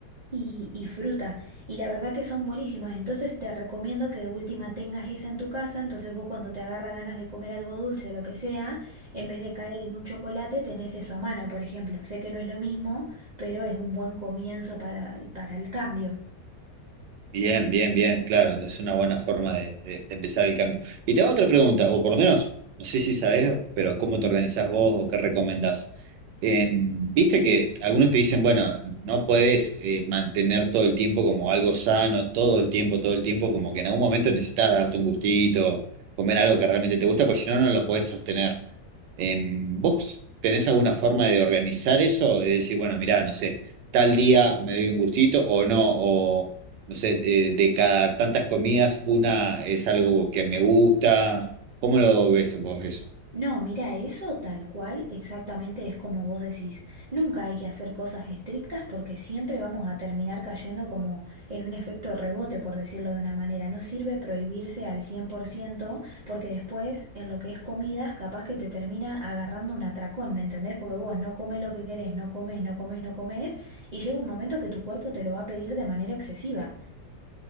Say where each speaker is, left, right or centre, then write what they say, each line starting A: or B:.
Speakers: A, on the right (about 60°); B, on the right (about 85°).
A: y, y fruta. Y la verdad que son buenísimas. Entonces te recomiendo que de última tengas esa en tu casa. Entonces vos cuando te agarra ganas de comer algo dulce o lo que sea, en vez de caer en un chocolate, tenés eso a mano, por ejemplo. Sé que no es lo mismo, pero es un buen comienzo para, para el cambio.
B: Bien, bien, bien, claro, es una buena forma de, de- de empezar el cambio. Y te hago otra pregunta, o por lo menos, no sé si sabes pero ¿cómo te organizás vos o qué recomendás? Eh, viste que algunos te dicen, bueno, no podés eh, mantener todo el tiempo como algo sano, todo el tiempo, todo el tiempo, como que en algún momento necesitas darte un gustito, comer algo que realmente te gusta, porque si no, no lo podés sostener. Eh, ¿vos tenés alguna forma de organizar eso? De decir, bueno, mirá, no sé, tal día me doy un gustito o no, no sé, eh, de cada tantas comidas, una es algo que me gusta. ¿Cómo lo ves vos eso?
A: No, mira, eso tal cual, exactamente es como vos decís. Nunca hay que hacer cosas estrictas porque siempre vamos a terminar cayendo como en un efecto rebote, por decirlo de una manera. No sirve prohibirse al 100% porque después en lo que es comidas capaz que te termina agarrando un atracón, ¿me entendés? Porque vos no comes lo que querés, no comes, no comes, no comes y llega un momento que tu cuerpo te lo va a pedir de manera excesiva.